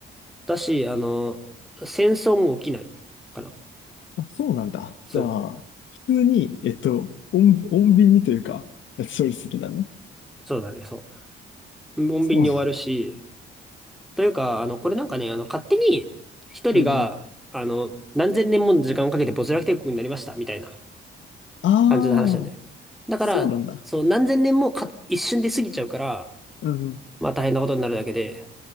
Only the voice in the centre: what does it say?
だし、あの、戦争も起きないかな。
そう、
そうだね、そう。穏便に終わるし、
というか、あの、これなんかね、あの、勝手に一人が、
あの、何千年もの時間をかけて没落帝国になりました、みたいな
感じの話なんだよ。だから、
そう、何千年もか、一瞬で過ぎちゃうから、
まあ大変なことになるだけで、